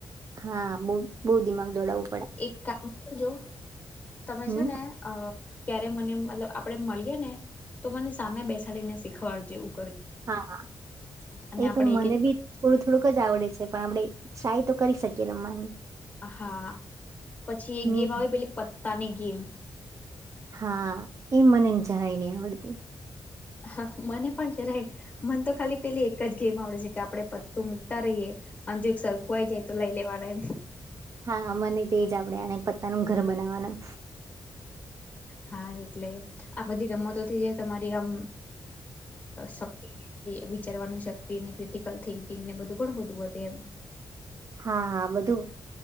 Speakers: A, on the right; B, on the left.
A: હા બ બહુ દિમાગ દોડાવું.
B: એક કામ કરજો તમે
A: હમ
B: છે ને અ ક્યારે મને મતલબ આપણે મળીએે ને તો મને સામે બેસાડીને શીખવાડ જેવું.
A: હા એ
B: આપડે
A: તો મને
B: એક એક
A: ભી થોડું થોડુંક જ આવડે છે. પણ આપણે ટ્રાય તો કરી શકીએ રમવાની.
B: હા પછી એક
A: હમ
B: ગેમ આવે પેલી પત્તા ની ગેમ
A: હા એ મને જારાય નહી આવડતી.
B: હા મને પણ જ મને તો ખાલી પેલી એક જ ગેમ આવડે છે કે, આપડે પત્તું મૂકતા રહીએ અંજુ એક સરખુ આઈ જાય તો લઈ લેવાના એમ.
A: હા મને તે જ આપડે અનેને પત્તાનું ઘર બનાવવાનું.
B: હા એટલે આ બધી રમતો થી જે તમારી આમ શક્તિ વિચારવાનું શક્તિ અને ક્રિટિકલ થિંકિંગ ને બધું. ઘણું બધું વધે એમ
A: હા હા બધું